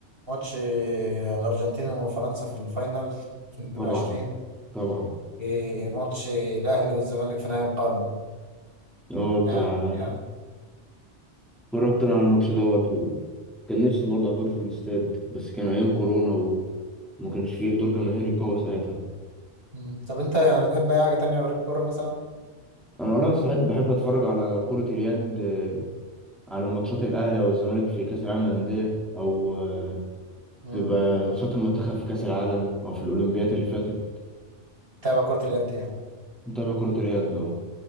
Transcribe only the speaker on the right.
ماتش الارجنتين وفرنسا في الفاينل 22
وماتش الاهلي والزمالك في نهائي القرن
يعني, يعني.
مم. طب انت يعني بتحب اي حاجه تانية غير الكوره مثلا
مم.
تابع كره اليد يعني